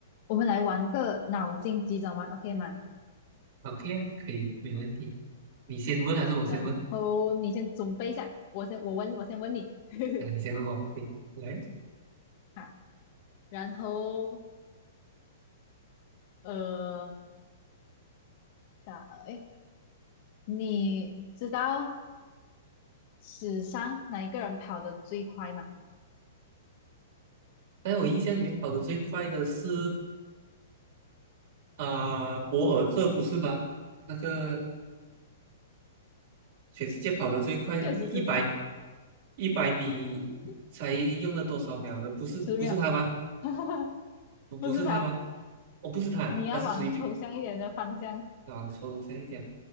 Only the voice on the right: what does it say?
OK 啊，可以，没问题。你先问还是我先问？
啊，你先问我，可以。来，
在我印象里面跑得最快的是啊、博尔特不是吗？那个全世界跑得最快的，
一百一百米才用了多少秒的？
不是不是他吗？
不不是他吗？
哦，不是他，
他是谁比？啊，说这样一点，